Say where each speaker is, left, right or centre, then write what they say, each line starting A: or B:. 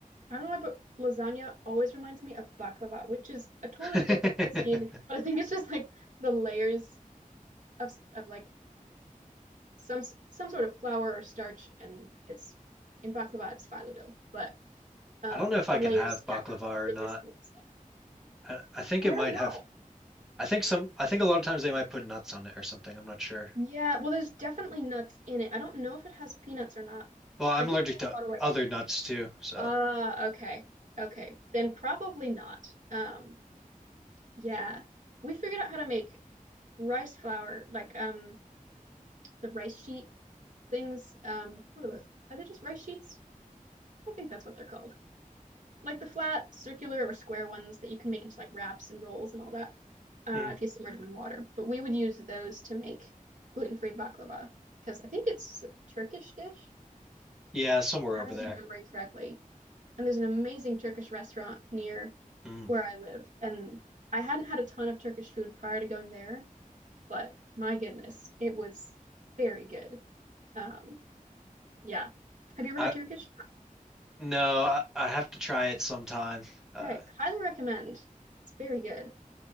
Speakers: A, on the right (about 60°); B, in the centre.
A: I don't know why, but lasagna always reminds me of baklava, which is a totally
B: <laughs>
A: different cuisine.
B: I
A: But I think it's just like the layers of of like some some sort of flour or starch, and it's in baklava it's phyllo dough, but um
B: don't know if I
A: the
B: can
A: layers
B: have
A: stacked
B: baklava
A: on the
B: or not.
A: thickness on the inside.
B: I, I think
A: Oh,
B: it
A: I
B: might
A: don't know.
B: have. I think some I think a lot of times they might put nuts on it or something. I'm not sure.
A: Yeah, well, there's definitely nuts in it. I don't know if it has peanuts or not.
B: Well, I'm
A: I think
B: allergic
A: it has
B: to
A: a lot of like,
B: other nuts too, so
A: ah, okay, okay, then probably not. Um, yeah, we figured out how to make rice flour, like um, the rice sheet things. Um, what are those? Are they just rice sheets? I think that's what they're called. Like the flat, circular, or square ones that you can make into like wraps and rolls and all that, uh,
B: mm.
A: if you submerge them in water. But we would use those to make gluten-free baklava because I think it's a Turkish dish.
B: Yeah, somewhere over
A: I was
B: there.
A: remembering correctly. And there's an amazing Turkish restaurant near
B: Mm.
A: where I live. And I hadn't had a ton of Turkish food prior to going there, but my goodness, it was very good. Um, yeah. Have you ever
B: I
A: had Turkish?
B: no, I, I have to try it sometime. Uh
A: Okay, highly recommend. It's very good.